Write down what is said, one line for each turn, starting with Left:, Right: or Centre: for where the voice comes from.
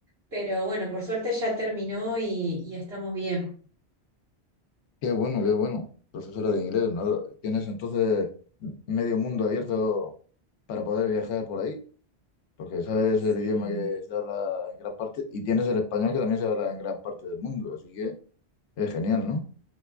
Right: Pero bueno, por suerte ya terminó y, y estamos bien.
Left: Qué bueno, qué bueno. Profesora de inglés, ¿no? Tienes entonces medio mundo abierto para poder viajar por ahí, porque sabes
Right: Sí.
Left: el idioma que se habla en gran parte y tienes el español que también se habla en gran parte del mundo, así que es genial, ¿no?